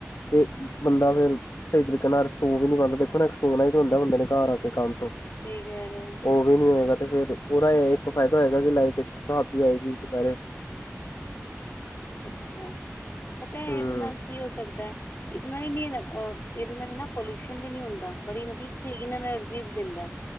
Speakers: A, on the left; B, on the left.
A: ਤੇ ਬੰਦਾ ਫਿਰ ਸਹੀ ਤਰੀਕੇ ਨਾਲ ਸੋ ਵੀ ਨੀ ਪਾਉੰਦਾ ਦੇਖੋ ਨਾ, ਇਕ ਸੋਨਾ ਹੀ ਤੇ ਹੁੰਦਾ ਬੰਦੇ ਨੇ ਘਰ ਆ ਕੇ ਕੰਮ ਤੋਂ
B: ਸਹੀ ਗਲ ਐ
A: ਉਹ ਵੀ ਨਹੀਂ ਹੋਏਗਾ, ਤੇ ਫੇਰ ਉਹਦਾ ਇੱਕ ਫਾਇਦਾ ਹੋਏਗਾ ਕਿ ਲਾਈਟ ਇੱਕ ਸਾਬ ਦੀ ਆਏਗੀ ਦੁਪਹਿਰੇ।
B: ਉਹ ਤਾਂ ਹੈ, ਪਤਾ ਹੈ
A: ਹਮ
B: ਇਹਦੇ ਨਾਲ ਕੀ ਹੋ ਸਕਦੈ? ਇਹਦੇ ਨਾਲ ਨੀ ਅਹ ਇਹਦੇ ਨਾਲ ਨਾ ਪੋਲਿਊਸ਼ਨ ਵੀ ਨਹੀਂ ਹੁੰਦਾ, ਬੜੀ ਮਤਲਬ ਕਲੀਨ ਐਨਰਜੀ ਵੀ ਦਿੰਦੈ।